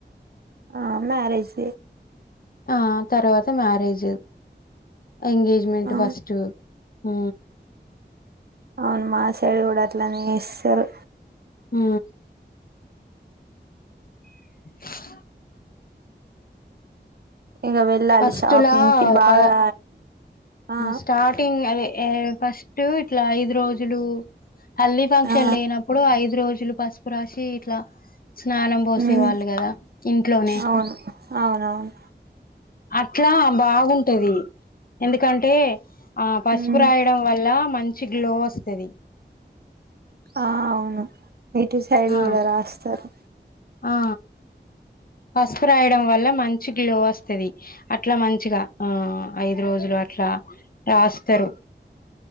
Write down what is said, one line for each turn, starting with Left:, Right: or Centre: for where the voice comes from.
Right: ఆ మ్యరేజ్
Left: ఆ తర్వాత మ్యారేజ్ ఎంగేజ్మెంట్
Right: ఆ
Left: ఫస్ట్ హ
Right: అవును మా సైడ్ కూడా అట్లనేస్తరు
Left: ఆ <unintelligible>
Right: ఇక వెళ్ళాలి
Left: ఫస్ట్‌లా
Right: షాపింగ్ కి బాగా
Left: ప
Right: ఆ
Left: స్టార్టింగ్ ఫస్ట్ ఇ ఐదు రోజులు హల్దీ ఫంక్షన్
Right: ఆ
Left: లేనప్పుడు ఐదు రోజులు ప రాశి ఇట్ల స్నానం పోసే
Right: ఉమ్
Left: వాళ్ళు కదా ఇంట్లోనే
Right: అవును అవునవును
Left: అట్లా బాగుంటది ఎందుకం టే ఆ పసుపు
Right: ఉమ్
Left: రాయడం వల్ల మంచి గ్లో వస్తుంది
Right: ఆ అవును ఇటు సైడ్
Left: ఆ
Right: కూడా రాస్తారు
Left: ఆ పసుపు రాయడం వల్ల మంచి గ్లో వస్తది అట్లా మంచిగా ఆ ఐదు రోజులు అట్లా రాస్తారు